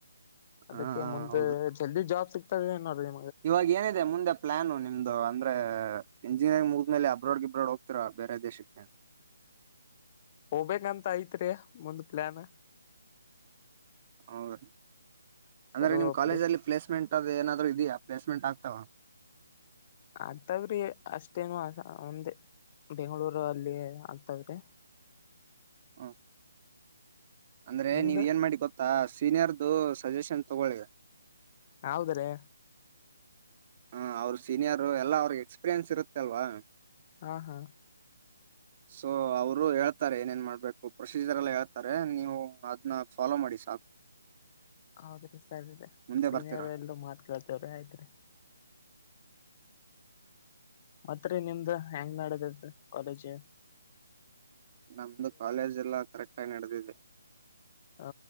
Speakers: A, on the left; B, on the right.
A: ಅದಕ್ಕೆ
B: ಹಾ ಹಾ
A: ಮುಂದೆ
B: ಹೌದು
A: ಜಲ್ದಿ ಜಾಬ್ ಸಿಗ್ತದೆ ಏ ನೋಡ್ರಿ.
B: ಇವಾಗ ಏನಿದೆ ಮುಂದೆ ಪ್ಲಾನು ನಿಮ್ದು ಅಂದ್ರೆ. ಇಂಜಿನಿಯರಿಂಗ್ ಮುಗುದ್ಮೇಲೆ ಅಬ್ರಾಡ್ ಗಿಬ್ರೋಡ್ ಹೋಗ್ತಿರ ಬೇರೆ ದೇಶಕ್ಕೆ.
A: ಹೋಗ್ಬೇಕಂತ ಐತ್ರಿ ಮುಂದ್ ಪ್ಲಾನ್.
B: ಹೌದ್ರೀ ಅಂದ್ರೆ
A: ಚಲೋ
B: ನಿಮ್ ಕಾಲೇಜ
A: ಪ್ಲೇ
B: ಅಲ್ಲಿ ಪ್ಲೇಸ್ಮೆಂಟ್ ಅದು ಏನಾದ್ರು ಇದಿಯ. ಪ್ಲಸ್ಮೆಂಟ್ ಆಗ್ತಾವ.
A: ಆಗ್ತಾವ್ರಿ ಅಷ್ಟೇನು ಆಗಲ್ಲ ಒಂದೆ ಬೆಂಗಳೂರು. ಇರು ಅಲ್ಲಿ ಆಗ್ತದ್ರೆ
B: <inaudible> ಅಂದ್ರೆ
A: ನಿಮ್ದು
B: ನೀವ್ ಏನ್ ಮಾಡಿ ಗೊತ್ತಾ ಸೀನಿಯರ್ದು ಸಜೆಷನ್ ತಗೊಳಿ
A: ಹೌದ್ರೆ
B: ಹ ಅವ್ರ ಸೀನಿಯರ್ ಎಲ್ಲಾ ಅವ್ರಿಗೆ ಎಕ್ಸ್ಪೀರಿಯನ್ಸ್ ಇರುತ್ತೆ ಅಲ್ವಾ
A: ಹಾ ಹಾ
B: ಸೊ ಅವರು ಹೇಳ್ತಾರೆ ಏನೇನ್ ಮಾಡ್ಬೇಕು ಪ್ರೊಸೀಜರ್ ಎಲ್ಲ ಹೇಳ್ತಾರೆ ನೀವು ಅದ್ನ ಫಾಲೋ ಮಾಡಿ ಸಾಕು <inaudible>
A: ಹೌದ್ರಿ ಸರಿ ಸ
B: ಮುಂದೆ
A: ಸೀನಿಯರ್
B: ಬರ್ತೀರಾ
A: ಎಲ್ರೂ ಮಾತ್ಕಳ್ತೇವ್ರೆ ಆಯ್ತ್ರಿ ಮತ್ರರಿ ನಿಮ್ದ ಹೆಂಗ್ ನಡೆತಿ ಕಾಲೇಜಿ
B: ನಮ್ದು ಕಾಲೇಜ ಎಲ್ಲಾ ಕರೆಕ್ಟ್ ಆಗಿ ನಡೆದಿದೆ
A: ಆ